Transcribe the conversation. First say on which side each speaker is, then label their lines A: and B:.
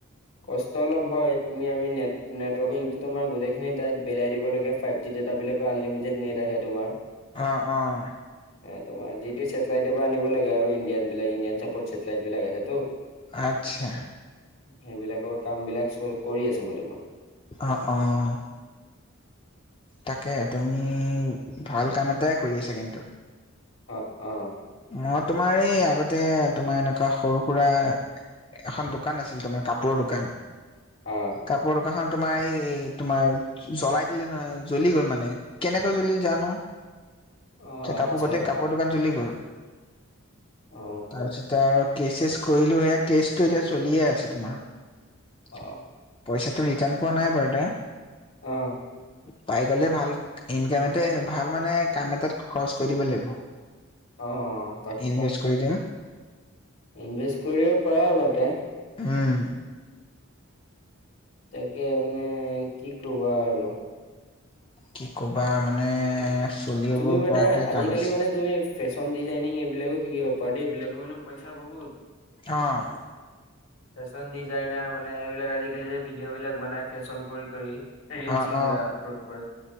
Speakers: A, on the left; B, on the left.
A: কষ্ট অলপ হয় তুমি আমি নেট নেটৱৰ্কিংটো তোমাৰ গোটেইখিনি তাত বিলাই দিব লাগে ফাইভ জি ডাতাবিলাক। আনলিমিটেড নেট আহে তোমাৰ।
B: অঁ অঁ।
A: তোমাৰ যিটো চেটেলাইট পৰা আনিব লাগে আৰু ইণ্ডিয়ান বিলাক ইণ্ডিয়ান চাপৰ্ট চছেটেলাইট বিলাক আছে তো।
B: আচ্ছা।
A: সেইবিলাকৰ কাম বিলাক চ কৰি আছো মানে মই।
B: অ' অঁহহ। তাকে তুমি ভাল কাম এটাই কৰি আছা কিন্তু।
A: অ অ।
B: মই তোমাৰ এই আগতে তোমাৰ এনেকুৱা সৰু সুৰা এখন দোকান আছিল তোমাৰ কাপোৰৰ দোকান।
A: অঁ।
B: কাপোৰ দোকানখন তোমাৰ এই তোমাৰ জ্বলাই দিলে নহয় জ্বলি গ'ল মানে কেনেকৈ জ্বলিল জানো।
A: অ
B: যে
A: আচ্ছা
B: কাপোৰ গোতেই কাপোৰৰ দোকান জ্বলি গ'ল।
A: অ
B: তাৰপিছতে আৰু কেচ চেছ কৰিলো এয়া কেচটো এতিয়া চলিয়ে আছে তোমাৰ।
A: অ
B: পইচাটো ৰিটাৰ্ণ পোৱা নাই বাৰু দা
A: অঁ
B: পাই গ'লে ভাল ইনকাম এতে ভাল মানে কাম এটাত খৰচ কৰি দিব লাগিব।
A: অঁ
B: ইনভেষ্ট কৰি দিম।
A: ইনভেষ্ট কৰিব পৰা বাৰু তে
B: উম।
A: তাকে মানে কি কবা আৰু।
B: কি ক'বা মানে? চলিব
A: তুমি মানে
B: পৰাটোৱে
A: আজিকালি
B: টান হৈছে
A: মানে তুমি ফেশ্বন ডিজাইনিং এইবিলাকো শিকিব পাৰা দেই এইবিলাকৰ মানে পইচা বহুত।
B: অঁ
A: ফেশ্বন ডিজাইনাৰ মানে এইবিলাক আজিকালি যে ভিডিঅ' বিলাক বনাই ফেশ্বন কৰি কৰি। ৰিল
B: অ',
A: চিল
B: অ',
A: আপলোড কৰে,